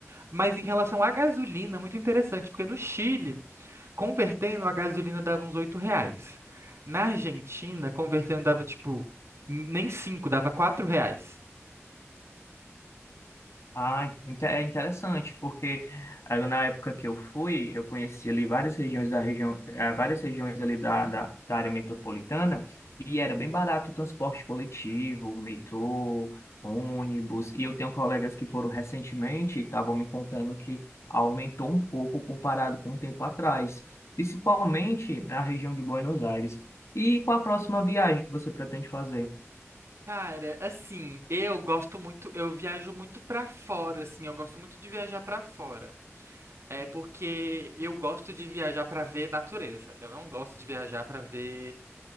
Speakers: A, on the right; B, on the left.
A: Mas em relação à gasolina, é muito interessante, porque no Chile, convertendo, a gasolina dava uns 8 reais. Na Argentina, convertendo dava tipo, nem 5, dava 4 reais.
B: Ah, inte- é interessante, porque ah, na época que eu fui, eu conheci ali várias regiões da região, ah, várias regiões ali da, da, da área metropolitana, e era bem barato o transporte coletivo, metrô, ônibus, e eu tenho colegas que foram recentemente e estavam me contando que aumentou um pouco comparado com um tempo atrás, principalmente na região de Buenos Aires. E qual a próxima viagem que você pretende fazer?
A: Cara, assim, eu gosto muito, eu viajo muito pra fora, assim, eu gosto muito de viajar pra fora. É porque eu gosto de viajar pra ver natureza. Eu não gosto de viajar pra ver